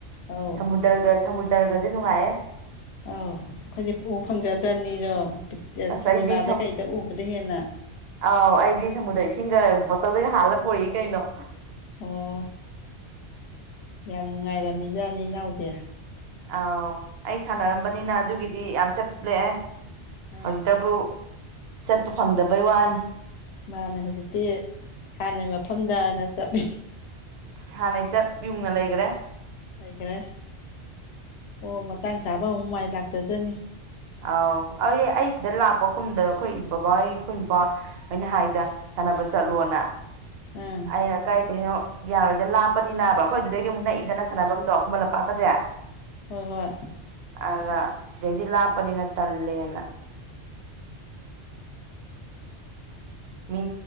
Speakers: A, on the left (about 70°); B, on the right (about 65°).
A: ꯑꯧ
B: ꯁꯃꯨꯗ꯭ꯔꯒ ꯁꯃꯨꯗ꯭ꯔꯒꯖꯦ ꯅꯨꯡꯉꯥꯏꯌꯦ
A: ꯑꯧ ꯈꯣꯏꯗꯤ ꯎ ꯐꯪꯖꯗ꯭ꯔꯕꯅꯤꯔꯣ
B: ꯑꯁ
A: ꯁꯤꯅꯤꯃꯥꯗ
B: ꯑꯩꯗꯤ
A: ꯀꯩꯗ ꯎꯕꯗꯩ ꯍꯦꯟꯅ
B: ꯑꯥꯎ ꯑꯩꯗꯤ ꯁꯃꯨꯗ꯭ꯔ ꯏꯁꯤꯡꯒ ꯕꯣꯇꯜꯗꯒ ꯍꯥꯥꯜꯂ ꯄꯨꯔꯛꯏ ꯀꯩꯅꯣ
A: ꯑꯣ ꯌꯥꯝ ꯅꯨꯡꯉꯥꯏꯔꯝꯃꯤ ꯖꯥꯠꯅꯤ ꯏꯅꯥꯎꯗꯤ
B: ꯑꯥꯎ ꯑꯩ ꯁꯥꯟꯅꯔꯝꯕꯅꯤꯅ ꯑꯗꯨꯒꯤꯗꯤ ꯌꯥꯝ ꯆꯠꯂꯑꯦ
A: ꯑꯥ
B: ꯍꯧꯖꯤꯛꯇꯕꯨ ꯆꯠꯄ ꯐꯪꯗꯕꯩ ꯋꯥꯅꯤ
A: ꯃꯥꯅꯦ ꯍꯧꯖꯤꯛꯇꯤ ꯍꯥꯟꯅꯩ ꯃꯐꯝꯗꯅ ꯆꯞꯄꯦ
B: ꯍꯥꯟꯅꯩꯆꯞ ꯌꯨꯡꯅ ꯂꯩꯒ꯭ꯔꯦ
A: ꯂꯩꯒ꯭ꯔꯦ ꯑꯣ ꯃꯇꯥꯡ ꯆꯥꯕ ꯑꯃꯨꯛ ꯃꯥꯏ ꯂꯥꯛꯆꯖꯅꯤ
B: ꯑꯥꯎ ꯑꯩ ꯑꯩ ꯁꯤꯗ ꯂꯥꯛꯄ ꯀꯨꯝꯗ ꯈꯣꯏ ꯕꯕꯥꯍꯣꯏ ꯑꯈꯣꯏ ꯅꯨꯄꯥ ꯍꯣ ꯍꯣꯏꯅ ꯍꯥꯏꯗ ꯁꯥꯟꯅꯕ ꯆꯠꯂꯣꯅ
A: ꯎꯝ
B: ꯑꯩꯅ ꯀꯥꯏꯗꯩꯅꯣ ꯌꯥꯔꯣꯏꯗ ꯂꯥꯞꯄꯅꯤꯅꯕ ꯑꯈꯣꯏ ꯑꯗꯨꯗꯩꯗꯤ ꯑꯃꯨꯛ ꯅꯛꯏꯗꯅ ꯁꯥꯟꯅꯕꯝꯗꯣ ꯈꯨꯃꯟ ꯂꯝꯄꯥꯛꯀꯖꯦ
A: ꯍꯣꯏ ꯍꯣꯏ
B: ꯑꯗ ꯁꯤꯗꯩꯗꯤ ꯂꯥꯞꯄꯅꯤꯅ ꯇꯜꯂꯦꯅ ꯃꯤ